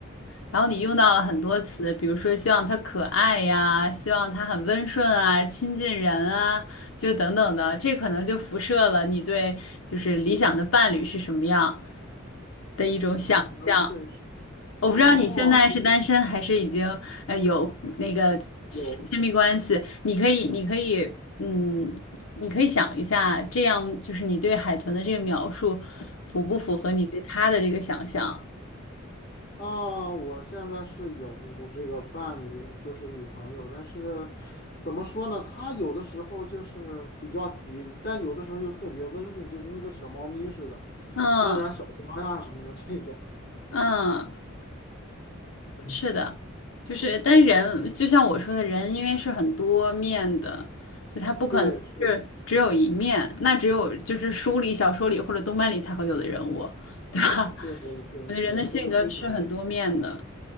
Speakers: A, on the left (about 80°); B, on the left (about 50°).
A: 然后你用到了很多词，比如说希望他可爱呀，希望他很温顺啊，亲近人啊，就等等的，这可能就辐射了你对就是理想的伴侣是什么样的一种想象。
B: 啊，那确实
A: 我不知道你现在是单身还是已经呃有那个亲亲密关系，
B: 哦，对，有
A: 你可以，你可以，嗯，你可以想一下，这样就是你对海豚的这个描述符不符合你对他的这个想象？
B: 啊，我现在是有这个伴侣，就是女朋友，但是怎么说呢？她有的时候就是比较急，但有的时候又特别温顺，就跟个小猫咪似的，
A: 嗯
B: 撒点儿小娇呀什么的这种。
A: 嗯。是的，就是，但人就像我说的，人因为是很多面的，就他不可能是只有一面，
B: 对，是的，
A: 那只有就是书里、小说里或者动漫里才会有的人物，对吧？
B: 对对，
A: <laughs> 我觉得人的性格是很多面的。
B: 是的，说的非常对，